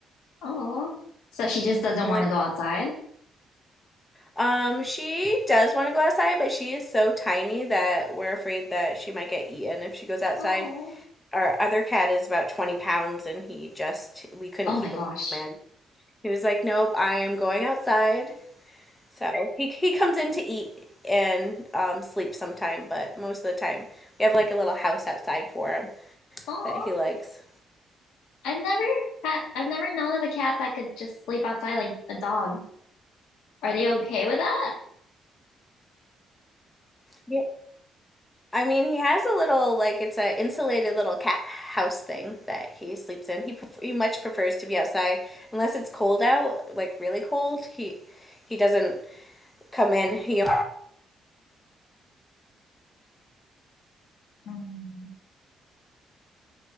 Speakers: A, on the left; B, on the left.
A: Oh. So she just doesn't
B: I'm
A: want
B: like,
A: to go outside?
B: um, she does want to go outside, but she is so tiny that we're afraid that she might get eaten if she goes outside.
A: Oh.
B: Our other cat is about 20 pounds, and he just we couldn't
A: Oh
B: keep
A: my gosh.
B: him in. He was like, nope, I am going outside. So he he comes in to eat and um, sleep sometime, but most of the time we have like a little house outside for him
A: Oh.
B: that he likes.
A: I've never had, I've never known of a cat that could just sleep outside like a dog. Are they okay with that?
B: Yeah. I mean, he has a little like it's a insulated little cat house thing that he sleeps in. He pref- he much prefers to be outside unless it's cold out, like really cold. He he doesn't come in. He
A: Mm.